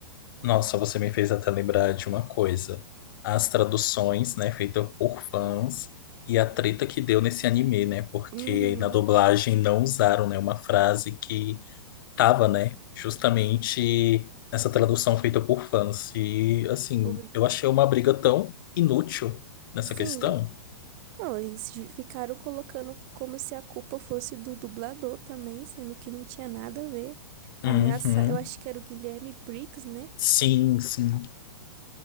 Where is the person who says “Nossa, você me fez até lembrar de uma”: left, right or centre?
Left